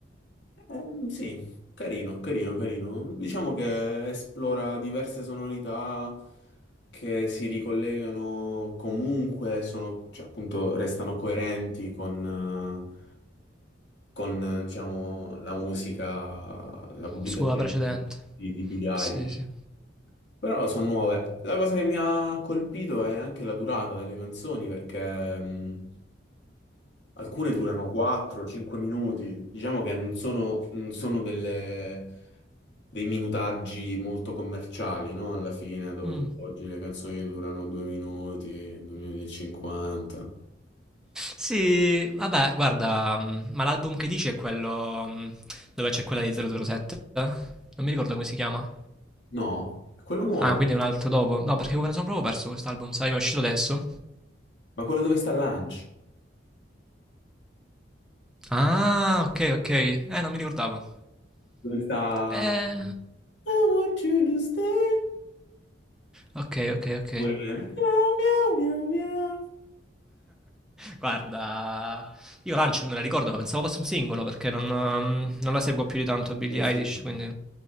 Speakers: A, on the left; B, in the centre.
A: Eh, sì, carino, carino, carino. Diciamo che esplora diverse sonorità che si ricollegano comunque, sono, cioè, appunto, restano coerenti con, eh, con, eh, diciamo, la musica, la pubblicazione
B: Sua precedente.
A: di, di di Billie Eilish.
B: Sì, sì.
A: Però sono nuove. La cosa che mi ha colpito è anche la durata delle canzoni, perché mh, alcune durano 4-5 minuti. Diciamo che non sono, non sono delle- dei minutaggi molto commerciali, no? Alla fine, dove
B: Mm.
A: tu- oggi le canzoni durano 2 minuti, 2 minuti e 50.
B: Sì, vabbè, guarda, mm, ma l'album che dici è quello mm, dove c'è quella di 007? Non mi ricordo come si chiama.
A: No, è quello nuovo.
B: Ah, quindi è un altro dopo. No, perché me ne sono proprio perso quest'album, sai, mi è uscito adesso.
A: Ma quello dove sta Lunch?
B: Ah, ok, ok. Eh, non mi ricordavo.
A: Dove sta...
B: Eh,
A: I want you to stay.
B: ok, ok, ok.
A: Pure... Miau, miau, miau, miau.
B: Guarda, io Lunch me la ricordo, ma pensavo fosse un singolo perché non, ehm, non la seguo più di tanto Billie
A: Eh sì,
B: Eilish, quindi...